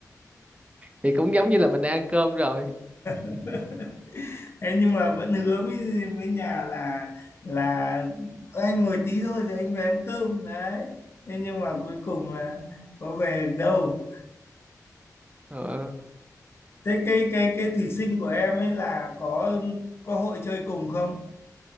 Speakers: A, on the right; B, on the left.
A: Thì cũng giống như là mình đang ăn cơm rồi.
B: <laughs> thế nhưng mà vẫn hứa với với nhà là là "Ơ, anh ngồi tí thôi rồi anh về ăn cơm đấy thế nhưng mà cuối cùng là có về được đâu
A: Ờ.
B: thế cái cái cái thí sinh của em ấy là có có hội chơi cùng không